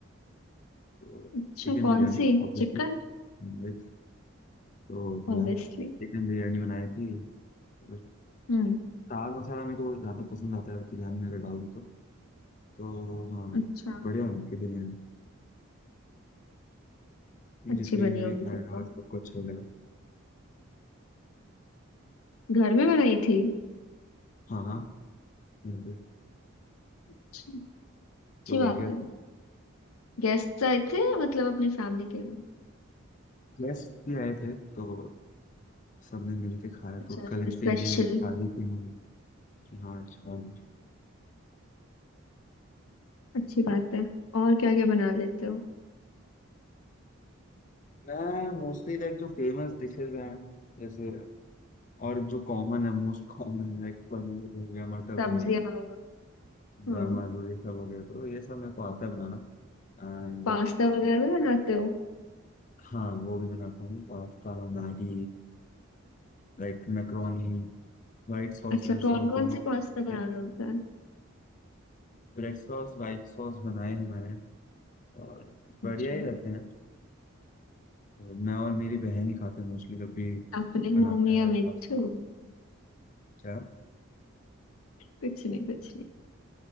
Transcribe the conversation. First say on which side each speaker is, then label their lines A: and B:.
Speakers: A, on the left; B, on the left.
A: तो
B: अच्छा
A: Chicken
B: कौन
A: biryani
B: सी
A: obviously
B: Chicken
A: नॉनवेज तो
B: obviously
A: यार चिकन बिरयानी बनाई थी तो
B: हम्म
A: दाल मसाला मेरे को बहुत ज्यादा पसंद आता है बिरयानी में अगर डालूं तो तो हाँ
B: अच्छा
A: बढ़िया बनी थी बिरयानी
B: अच्छी
A: जितने
B: बनी
A: ने
B: होगी
A: भी खाया
B: फिर तो
A: सबको अच्छा ही लगा
B: घर में बनाई थी
A: हाँ हाँ बिल्कुल।
B: अच्छा अच्छी
A: तो बढ़िया
B: बात है
A: था
B: गेस्ट आए थे या मतलब अपने फैमिली के लिए
A: गेस्ट भी आए थे तो सबने मिलके खाया
B: अच्छा
A: तो कलेक्टिवली
B: स्पेशल
A: तारीफ ही हुई कि हाँ अच्छा है।
B: अच्छी बात है और क्या क्या बना लेते हो
A: मैं मोस्टली लाइक जो फेमस डिशेज हैं जैसे और जो कॉमन है मोस्ट कॉमन लाइक पनीर हो गया मटर
B: सब्जियां
A: पनीर
B: हाँ
A: दम आलू ये सब हो गया तो ये सब मेरे को आता है बनाना एंड
B: पास्ता वगैरह भी बनाते हो
A: हाँ वो भी बनाता हूँ pasta Maggi like macaroni white sauce
B: अच्छा
A: red sauce
B: कौन
A: दोनों
B: कौन से पास्ता
A: Like
B: बनाना होता है
A: red sauce white sauce बनाए हैं मैंने और
B: अच्छा
A: बढ़िया ही रहते हैं तो मैं और मेरी बहन ही खाते हैं मोस्टली जब भी
B: अपने
A: बनाते
B: मुंह में
A: हैं
B: या मिट्ठू
A: पास्ता क्या
B: कुछ नहीं कुछ नहीं